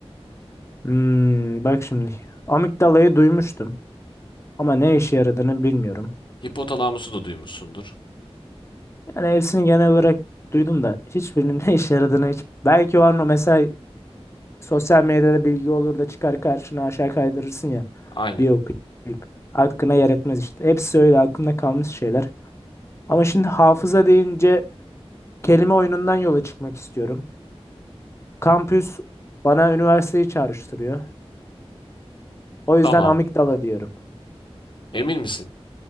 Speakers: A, on the left; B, on the left.
A: Hmm, bak şimdi. Amigdalayı duymuştum. Ama ne işe yaradığını bilmiyorum.
B: Hipotalamusu da duymuşsundur.
A: Yani hepsini genel olarak duydum da hiçbirinin <laughs> ne işe yaradığını hiç. Belki o an o mesela sosyal medyada bilgi olur da çıkar karşına aşağı kaydırırsın ya.
B: Aynen.
A: Bir okuyup. Hakkına yer etmez işte. Hepsi öyle aklımda kalmış şeyler. Ama şimdi hafıza deyince kelime oyunundan yola çıkmak istiyorum. Kampüs bana üniversiteyi çağrıştırıyor. O yüzden
B: Tamam.
A: amigdala diyorum.
B: Emin misin?